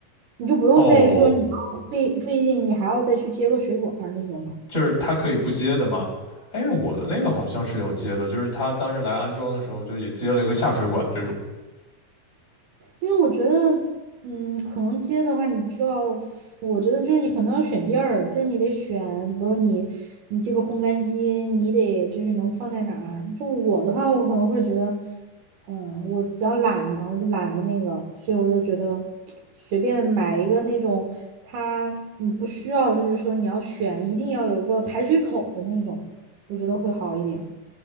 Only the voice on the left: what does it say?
哦，
就是它可以不接的吗？哎，我的那个好像是有接的，就是他当时来安装的时候就也接了一个下水管这种。